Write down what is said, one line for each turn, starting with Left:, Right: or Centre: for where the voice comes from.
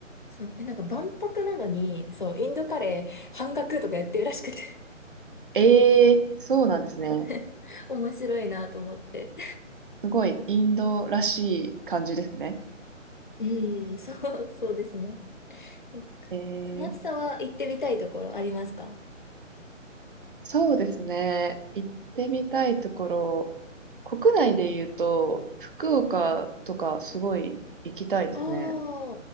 Left: そう、え、なんか万博なのに、そう、インドカレー半額とかやってるらしくて
Right: ええそうなんですね。
Left: <laughs> 面白いなと思って。
Right: すごい、インドらしい感じですね。
Left: うん、そう、そうですね。え
Right: ええ
Left: 小夏さんは行ってみたいところありますか
Right: そうですね。行ってみたいところ、国内で言うと、福岡とかすごい行きたいですね。
Left: うんうん。あ